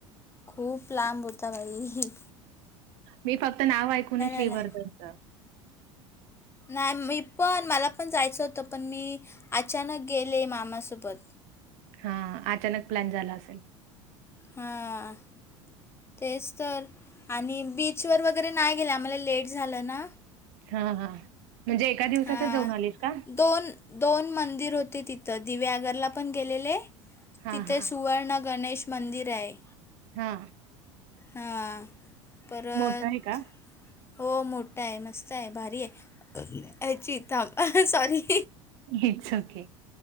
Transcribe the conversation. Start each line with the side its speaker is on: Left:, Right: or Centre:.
Left: खूप लांब होता भाई.
Right: मी फक्त नाव ऐकूनाय श्रीवर्धनचं.
Left: आला नाही मी पण मला पण जायचं होतं पण मी अचानक गेले मामासोबत.
Right: हा अचानक प्लॅन झाला असेल.
Left: हा. तेच तर आणि बीचवर वगैरे नाही गेलं आम्हाला लेट झालं ना.
Right: हा हा म्हणजे एका दिवसातच
Left: हां
Right: जाऊन आलीत का.
Left: दोन. दोन मंदिर होते तिथं दिव्यागरला पण गेलेले
Right: हा
Left: तिथ
Right: हा
Left: सुवर्ण गणेश मंदिराय.
Right: हा.
Left: हा परत
Right: मोठा आहे का
Left: हो मोठाय मस्ताय भारीय याची थांब सॉरी.
Right: It's okay.